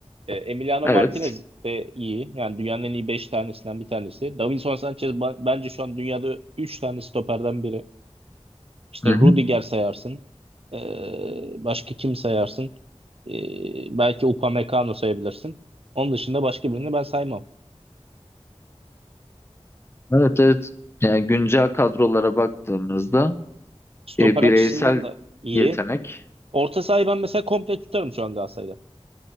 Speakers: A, on the right; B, on the left.
A: E, Emiliano
B: Evet.
A: Martinez de iyi. Yani dünyanın en iyi 5 tanesinden bir tanesi. Davinson Sanchez ba- bence şu an dünyada 3 tane stoperden biri. İşte
B: Hı
A: Rudiger
B: hı.
A: sayarsın. Ee, başka kim sayarsın? Ee, belki Upamecano sayabilirsin. Onun dışında başka birini ben saymam.
B: Evet evet. Yani güncel kadrolara baktığımızda
A: Stoper
B: e, bireysel
A: açısından da iyi.
B: yetenek.
A: Orta sahayı ben mesela komple tutarım şu an Galatasaray'da.